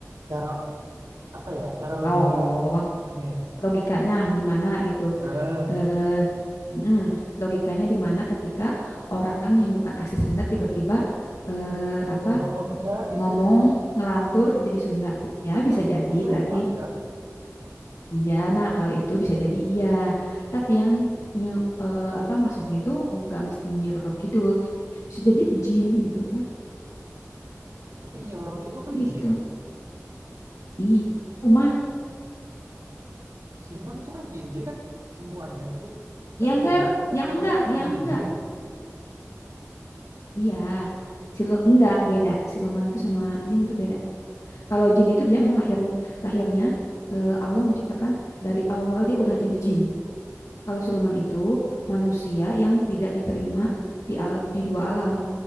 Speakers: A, on the right (about 80°); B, on the left (about 80°).
A: Cara apa ya? Cara logika
B: Oh,
A: itunya.
B: logikanya gimana gitu?
A: Nah,
B: Eh, mm-mm. Logikanya di mana ketika orang yang bukan asli Sunda tiba-tiba eh, apa
A: bisa ngomong Sunda gitu.
B: Ngomong ngelantur menjadi Sunda. Iya,
A: Berarti itu
B: bisa
A: kesurup-
B: jadi
A: kesurupan
B: berarti
A: kan?
B: iya. Nah, kalau itu bisa jadi iya. Tapi yang nyu, eh, apa masuknya tuh nggak mesti Nyi Roro Kidul. Bisa jadi jin gitu kan.
A: Tapi Nyi Roro Kidul kan
B: Gitu.
A: jin.
B: Iya. Cuma
A: Siluman itu kan jin. Jadi kan semuanya itu kan
B: ya enggak,
A: Tuhan ciptakan
B: ya enggak,
A: itu kan teman
B: ya enggak.
A: jin.
B: Iya. Silu enggak beda. Siluman tuh sama jin tuh beda. Kalau jin itu dia memang lahirnya lahirnya eh, Allah menciptakan dari awal dia udah jadi jin. Kalau siluman itu manusia yang tidak diterima di, al- di dua alam.